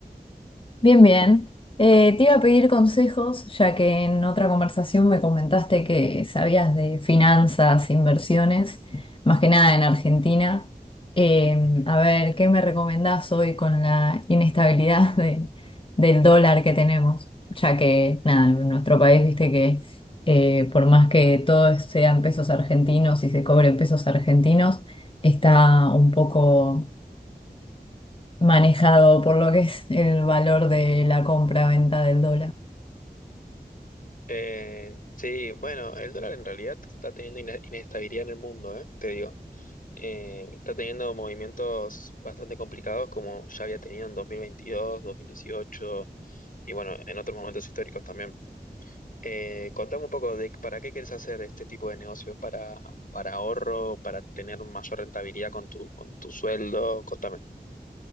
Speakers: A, on the left; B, on the left.
A: Bien, bien. Eh, te iba a pedir consejos, ya que en otra conversación me comentaste que sabías de finanzas, inversiones, más que nada en Argentina. Eh, a ver, ¿qué me recomendás hoy con la inestabilidad de- del dólar que tenemos? Ya que, nada, en nuestro país, viste que eh, por más que todos sean pesos argentinos y se cobren pesos argentinos, está un poco manejado por lo que es el valor de la compra-venta del dólar.
B: Eh, sí, bueno, el dólar en realidad está teniendo ina- inestabilidad en el mundo, eh, te digo. Eh, está teniendo movimientos bastante complicados como ya había tenido en dos dos mil veintidós, dos mil dieciocho y bueno, en otros momentos históricos también. Eh, contame un poco de para qué quieres hacer este tipo de negocio, para, para ahorro, para tener mayor rentabilidad con tu, con tu sueldo, contame.